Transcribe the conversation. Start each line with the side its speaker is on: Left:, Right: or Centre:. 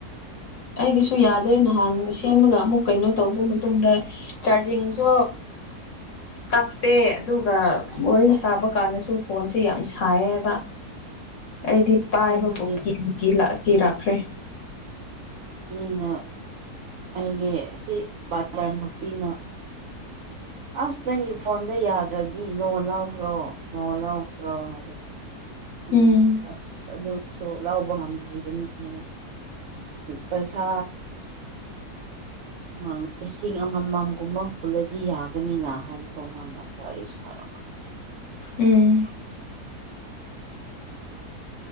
Left: ꯑꯩꯒꯤꯁꯨ ꯌꯥꯗꯣꯏ ꯅꯍꯥꯟ ꯁꯦꯝꯂꯒ ꯑꯃꯨꯛ ꯀꯩꯅꯣ ꯇꯧꯕ ꯃꯇꯨꯡꯗ ꯆꯥꯔꯖꯤꯡꯁꯨ
Right: <unintelligible>
Left: ꯇꯞꯄꯦ ꯑꯗꯨꯒ ꯋꯥꯔꯤ ꯁꯥꯕ ꯀꯥꯟꯗꯁꯨ ꯐꯣꯟꯁꯦ ꯌꯥꯝ ꯁꯥꯏ ꯍꯥꯏꯕ ꯑꯩꯗꯤ ꯄꯥꯏꯕꯕꯨ
Right: ꯑꯗꯨꯒꯤ
Left: ꯀꯤꯕꯨ ꯀꯤꯔꯛꯈ꯭ꯔꯦ
Right: ꯃꯤꯅ ꯑꯩꯒꯤ ꯁꯤ ꯕꯖꯔ ꯅꯨꯄꯤꯅ ꯑꯁ ꯅꯪꯒꯤ ꯐꯣꯟꯗꯣ ꯌꯥꯗ꯭ꯔꯗꯤ ꯅꯣꯡ ꯂꯧꯈ꯭ꯔꯣ ꯅꯣꯡ ꯂꯧꯈ꯭ꯔꯣ ꯍꯥꯏꯗꯗꯤ ꯑ
Left: ꯎꯝ
Right: ꯑꯁ ꯑꯗꯨ ꯁꯨ ꯂꯥꯎꯕ ꯉꯝꯗ꯭ꯔꯤꯕꯅꯤꯅ ꯄꯩꯁꯥ <unintelligible> ꯂꯤꯁꯤꯡ ꯑꯃꯃꯝꯒꯨꯝꯕ ꯍꯨꯜꯂꯗꯤ ꯌꯥꯒꯅꯤꯅ ꯍꯥꯏꯅꯀꯣ ꯃꯥꯅ ꯋꯥꯔꯤ ꯁꯥꯔꯒ
Left: ꯎꯝ